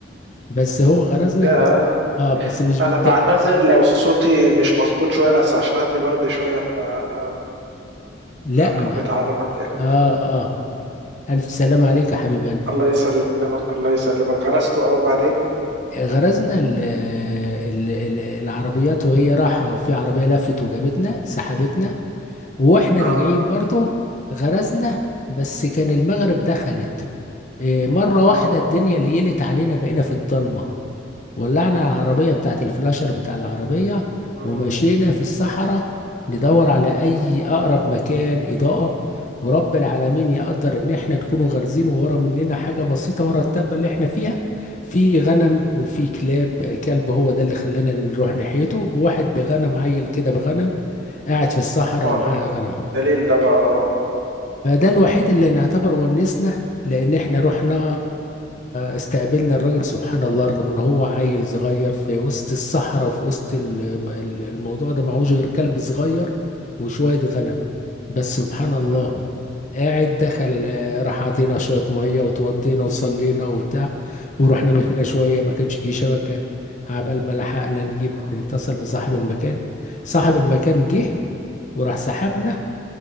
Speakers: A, on the left (about 40°); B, on the right (about 65°).
A: بس هو غرزنا
B: يا
A: بس اه بس مش
B: انا
A: بالضبط
B: بعتذر لو صوتي مش مظبوط شويه بس عشان عندي برد شويه فانا
A: لا
B: حبيت
A: ما
B: اعرفك <laughs> يعني
A: اه اه الف سلام عليك يا حبيب قلبي
B: الله يسلمك الله يسلمك غرسته اه وبعدين
A: غرزنا ال ال ال العربيات وهي رايحه في عربيه لفت وجابتنا سحبتنا واحنا
B: اه
A: راجعين برضه غرزنا بس كان المغرب دخلت آه، مره واحده
B: اه
A: الدنيا ليلت علينا بقينا في الضلمه ولعنا العربية بتاعة الفلاشر بتاع العربية
B: مم.
A: ومشينا في الصحراء ندور على أي أقرب مكان إضاءة ورب العالمين يقدر إن إحنا نكونوا غارزين ورا مننا حاجة بسيطة ورا التبة اللي إحنا فيها في غنم وفي كلاب كلب هو ده اللي خلانا نروح ناحيته وواحد بغنم عيل كده بغنم قاعد في الصحراء
B: هو
A: معاه
B: ده
A: غنم
B: الدليل ده بقى اه
A: فده الوحيد اللي نعتبر ونسنا لان احنا رحنا استقبلنا الراجل سبحان الله رغم ان هو عيل صغير في وسط الصحراء وفي وسط ال- ال- الموضوع ده معهوش غير كلب صغير وشوية غنم بس سبحان الله
B: آه.
A: قاعد دخل آه، راح عطينا شوية مية وتوضينا وصلينا وبتاع ورحنا مشينا شوية ما كانش فيه شبكة عبال ما لحقنا نجيب
B: مم.
A: نتصل بصاحب المكان صاحب المكان جه وراح سحبنا